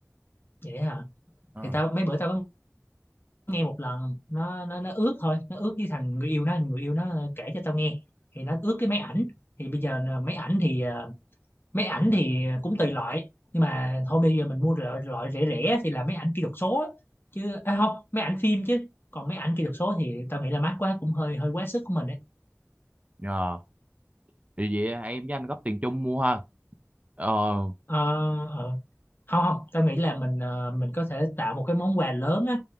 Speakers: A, on the left; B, on the right.
A: vậy hả
B: Ờ.
A: thì tao mấy bữa tao có nghe một lần nó nó nó ước thôi nó ước với thằng người yêu nó người yêu nó kể cho tao nghe thì nó ước cái máy ảnh thì bây giờ là máy ảnh thì ờ, máy ảnh thì cũng tùy loại nhưng mà thôi bây giờ mình mua loại, loại rẻ rẻ thì là máy ảnh kỹ thuật số á. chứ à không máy ảnh phim chứ còn máy ảnh kỹ thuật số thì tao nghĩ là mắc quá cũng hơi hơi quá sức của mình đấy
B: Ờ, thì vậy em với anh góp tiền chung mua ha ờ
A: Ờ, ờ. không không tao nghĩ là mình ờ, mình có thể tạo một cái món quà lớn á